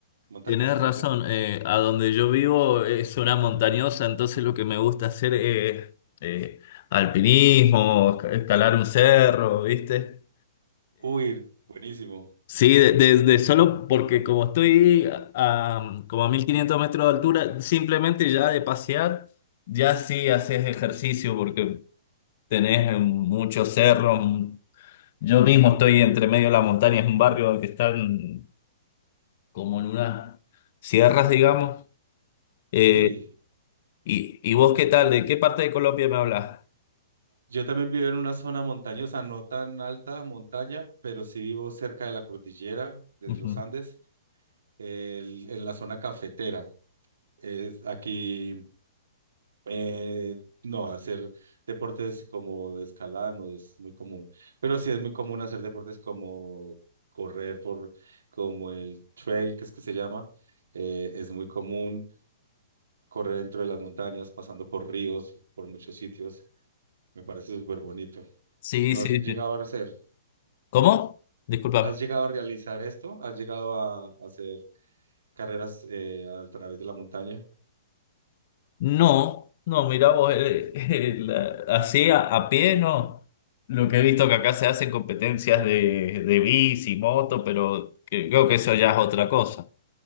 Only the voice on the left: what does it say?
Tienes
razón, eh, a donde yo vivo es una montañosa, entonces lo que me gusta hacer es eh, alpinismo, esca- escalar un cerro, ¿viste?
Sí, de- desde solo porque como estoy a, como a 1500 metros de altura, simplemente ya de pasear, ya sí haces ejercicio porque tenés muchos cerros. Yo mismo estoy entre medio de la montaña, es un barrio que está en- como en unas sierras, digamos. Eh,
y, ¿Y vos qué tal? ¿De qué parte de Colombia me hablas?
Ujú.
Sí,
sí,
sí.
¿Cómo? Disculpa.
No, no, mirá vos, eh, eh, la- así a, a pie, no. Lo que he visto que acá se hacen competencias de, de bici, moto, pero que- creo que eso ya es otra cosa.